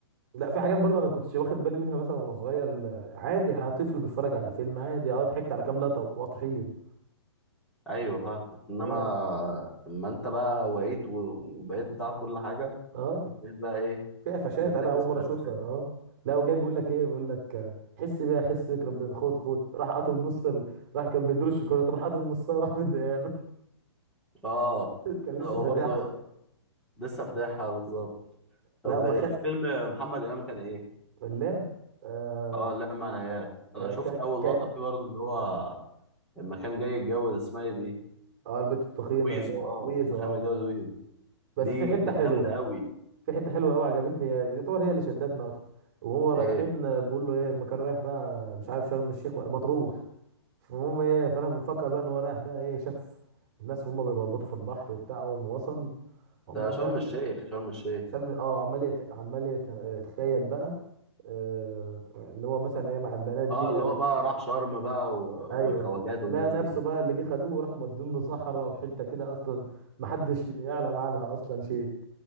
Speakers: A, on the right; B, in the centre.
A: لا في حاجات برضه انا كنتش واخد بالي منها مثلا وانا صغير ل- عادي طفل بيتفرج على فيلم عادي اه ضحكت على كام لقطه واطحين
B: ايوه فاهمك انما
A: اه
B: اما انت بقى وعيت و- وبقيت بتعرف كل حاجه
A: اه
B: بقيت بقى ايه
A: في قفشات
B: بتركز
A: انا اول
B: في
A: مره
B: القفشات
A: اشوفها اه لا وجاي بيقول لك ايه بيقول لك آه، حس بيها حس بيك ربنا خد خد راح قاطم نص ال... راح كان بيدور الشوكولاته راح قاطم نصها راح مديها له
B: اه
A: <laughs> كان لسه
B: هو
A: فاتحها
B: برضه لسه فاتحها بالظبط طب
A: لا وما خد
B: فيلم محمد امام كان ايه
A: اللعب آه
B: اه لا معنى انا
A: آه
B: شفت
A: كان
B: اول
A: كان
B: لقطه فيه برضه اللي هو لما كان جاي يتجوز اسمها ايه دي
A: اه البت التخينه
B: ويزو
A: اللي هي
B: اه
A: ويزو
B: لما كان
A: اه
B: متجوز ويزو
A: بس
B: دي
A: في حته
B: كانت
A: حلوه
B: جامده قوي
A: في حته حلوه قوي عجبتني يعتبر هي اللي شدتنا اكتر وهو رايحين
B: ايه
A: آه، بيقول له ايه ما كان رايح بقى مش عارف شرم الشيخ ولا- مطروح فالمهم ايه فانا مفكر بقى ان هو رايح بقى ايه شاف الناس وهم بيبلبطوا في البحر وبتاع اول ما وصل عمال
B: ده
A: بقى
B: شرم الشيخ
A: يت-
B: شرم الشيخ
A: شرم اه عمال يت... عمال يت... يتخيل بقى آه... ان هو مثلا ايه مع البنات ديت
B: اه اللي هو
A: وال-
B: بقى راح شرم بقى و... والخواجات
A: ايوه
B: والناس
A: لقى نفسه
B: دي
A: بقى اللي جه خدوه وراحوا مودينه صحراء وحته كده اصلا محدش يعلم عنها اصلا شيء